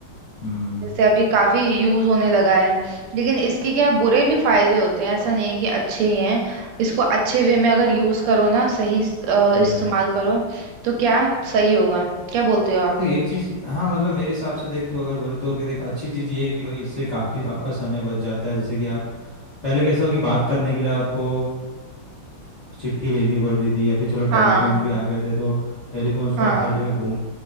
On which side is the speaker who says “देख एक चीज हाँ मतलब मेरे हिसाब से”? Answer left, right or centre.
Left